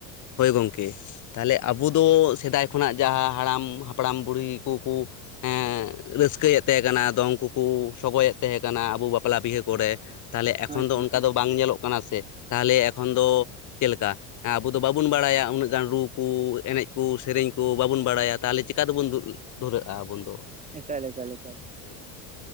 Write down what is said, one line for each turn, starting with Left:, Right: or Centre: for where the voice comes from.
Left: ᱦᱳᱭ ᱜᱚᱝᱠᱮ ᱛᱟᱦᱞᱮ ᱟᱵᱚ ᱫᱚ ᱥᱮᱫᱟᱭ ᱠᱷᱚᱱᱟᱜ ᱡᱟᱦᱟᱸ ᱦᱟᱲᱟᱢ ᱦᱟᱯᱲᱟᱢ ᱵᱩᱲᱦᱤ ᱠᱩᱠᱩ ᱦᱮᱹ ᱨᱟᱹᱥᱠᱟᱹᱭᱮᱫ ᱛᱮᱦᱮᱸ ᱠᱟᱱᱟ ᱟᱫᱚ ᱩᱱᱠᱩ ᱠᱩ ᱥᱚᱜᱚᱭᱮᱫ ᱛᱮᱦᱮᱸ ᱠᱟᱱᱟ ᱟᱵᱚ ᱵᱟᱯᱞᱟ ᱵᱤᱦᱟᱹ ᱠᱚᱨᱮ ᱛᱟᱦᱞᱮ ᱮᱠᱷᱚᱱ
Right: ᱦᱳᱭ
Left: ᱫᱚ
Right: ᱦᱳᱭ
Left: ᱚᱱᱠᱟ ᱫᱚ ᱵᱟᱝ ᱧᱮᱞᱚᱜ ᱠᱟᱱᱟ ᱥᱮ ᱛᱟᱦᱞᱮ ᱮᱠᱷᱚᱱ ᱫᱚ ᱪᱮᱫ ᱞᱮᱠᱟ <inaudible> ᱫᱚ ᱵᱟᱵᱚᱱ ᱵᱟᱲᱟᱭᱟ ᱩᱱᱟᱹᱜ ᱜᱟᱱ ᱨᱩ ᱠᱩ ᱮᱱᱮᱡ ᱠᱩ ᱥᱮᱨᱮᱧ ᱠᱚ ᱵᱟᱵᱚᱱ ᱵᱟᱲᱟᱭᱟ ᱛᱟᱦᱞᱮ ᱪᱤᱠᱟ ᱫᱚᱵᱚᱱ <unintelligible> ᱫᱷᱩᱨᱟᱹᱜᱼᱟ ᱟᱵᱚᱱ ᱫᱚ
Right: ᱮᱠᱟᱞ ᱮᱠᱟᱞ ᱮᱠᱟᱞ
Left: ᱦᱳᱭ